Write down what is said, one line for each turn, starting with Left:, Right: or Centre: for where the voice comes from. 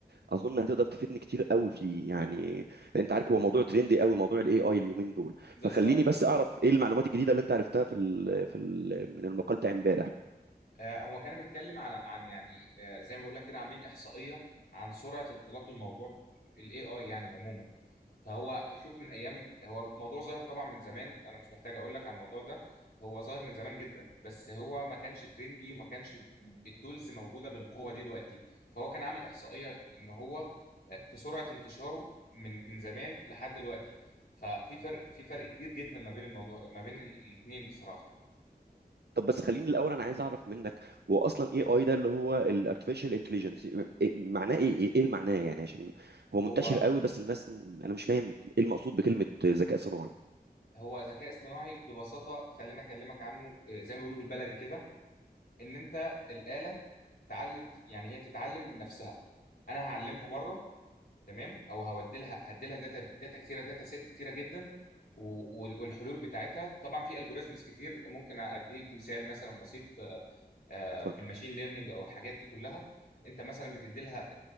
Right: اظن هتقدر تفيدني كتير قوي فيه يعني لان انت عارف هو موضوع تريندي قوي موضوع الاي اي اليومين دول
Left: بالظبط
Right: فخليني بس اعرف ايه المعلومات الجديده اللي انت عرفتها في ال... في ال... من المقال بتاع امبارح
Left: آه، هو كان بيتكلم على عن يعني آه، زي ما بقول لك كده عاملين احصائيه عن سرعه انطلاق الموضوع الاي اي يعني عموما فهو شوف من ايام هو الموضوع ظاهر طبعا من زمان انا مش محتاج اقول لك على الموضوع ده هو ظاهر من زمان جدا بس هو ما كانش ترندي وما كانش التولز موجوده بالقوه دي دلوقتي فهو كان عامل احصائيه ان هو آه، في سرعه انتشاره من من زمان لحد دلوقتي ففي فرق في فرق كبير جدا ما بين الموضوع ما بين الاثنين بصراحه
Right: طب بس خليني الاول انا عايز اعرف منك هو اصلا اي اي ده اللي هو الارتفيشال انتليجنس معناه ايه ايه إيه إيه المعناه يعني عشان هو
Left: هو
Right: منتشر قوي بس الناس انا مش فاهم ايه المقصود بكلمه ذكاء صناعي
Left: هو ذكاء اصطناعي ببساطة خلينا أكلمك عنه آه، زي ما بيقولوا بالبلدي كده إن أنت الآلة تعلم يعني هي تتعلم من نفسها أنا هعلمها مرة تمام أو هودي لها هدي لها داتا داتا كتيرة داتا سيت كتيرة جدا و- وال- والحلول بتاعتها طبعا في الجوريزمز كتير ممكن أديك مثال مثلا بسيط آه، آه،
Right: اتفضل
Left: في الماشين ليرنينج أو الحاجات دي كلها أنت مثلا بتدي لها